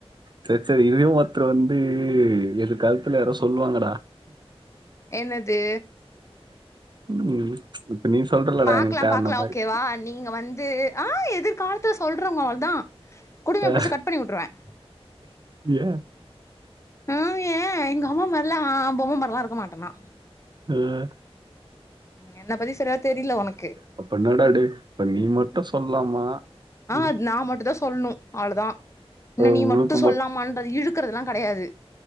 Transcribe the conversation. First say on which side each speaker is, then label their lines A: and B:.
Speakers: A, on the right; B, on the left.
A: செரி செரி இதையும் ஒருத்தர் வந்து எதிர் காலத்துல யாரும் சொல்லுவாங்கடா
B: என்னது
A: ம் இப்ப நீ சொல்றலடா
B: பாக்கலாம்
A: என்கிட்ட
B: பாக்கலாம்
A: அந்த மாரி
B: ஓகேவா நீங்க வந்து ஆ எதிர்காலத்துல சொல்றேங்க அவள்தான் குடுமிய
A: அஹ்,
B: புடிச்சு கட் பண்ணி விட்டுருவேன்
A: ஏன்
B: ஆ ஏன் எங்க அம்மா மாரிலாம் அ பொம்ம மாரிலாம் இருக்க மாட்டேன்னா
A: ஆ
B: ம் என்ன பத்தி சரியா தெரில உனக்கு
A: தப்பு என்னடா இருக்கு இப்ப நீ மட்டும் சொல்லலாமா
B: ஆ
A: ம்,
B: நா மட்டுந்தா சொல்ணு அவ்ளதா என்ன
A: அஹ்,
B: நீ மட்டு
A: உனக்கு
B: சொல்லாமான்ற
A: மட்டும்
B: இழுக்கறதெல்லா கெடையாது